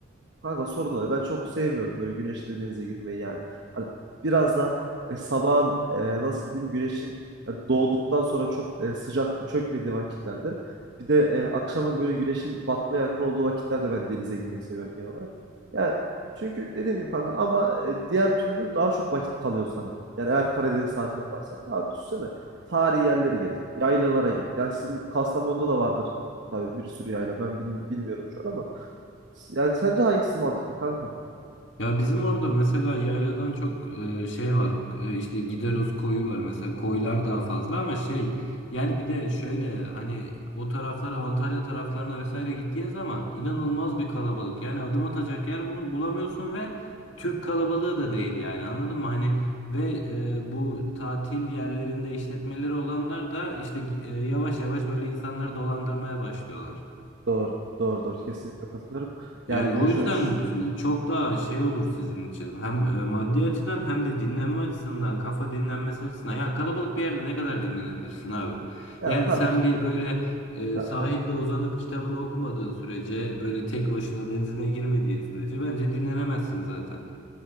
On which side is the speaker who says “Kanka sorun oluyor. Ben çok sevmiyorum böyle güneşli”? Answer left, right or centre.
Right